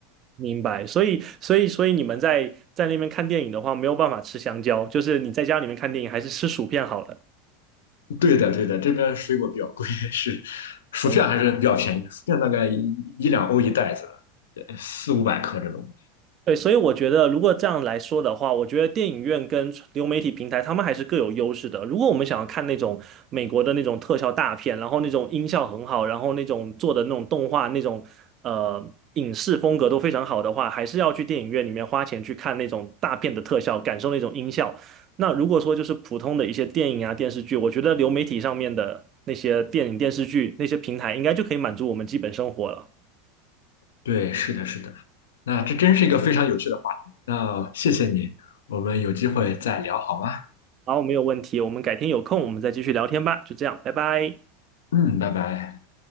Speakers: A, on the right; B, on the left.
A: 明白。所以，所以，所以你们在在那边看电影的话，没有办法吃香蕉，就是你在家里面看电影还是吃薯片好没了。
B: 对的，对的，这边水果比较贵，是薯片还是比较便宜的，
A: 没
B: 薯片大概一一两欧一袋子，呃四五百克这种。
A: 对，所以我觉得，如果这样来说的话，我觉得电影院跟流媒体平台，他们还是各有优势的。如果我们想要看那种美国的那种特效大片，然后那种音效很好，然后那种做的那种动画那种呃影视风格都非常好的话，还是要去电影院里面花钱去看那种大片的特效，感受那种音效。那如果说就是普通的一些电影啊电视剧，我觉得流媒体上面的那些电影电视剧那些平台，应该就可以满足我们基本生活了。
B: 对，是的，是的。那这真是一个非常有趣的话题。那谢谢你，我们有机会再聊好吗？
A: 好，没有问题，我们改天有空我们再继续聊天吧，就这样，拜拜。
B: 嗯，拜拜。